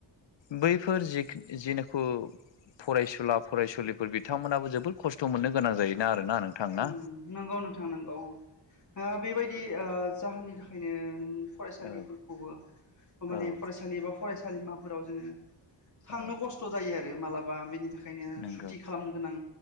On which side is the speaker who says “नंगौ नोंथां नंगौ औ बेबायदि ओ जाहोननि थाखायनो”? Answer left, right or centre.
Left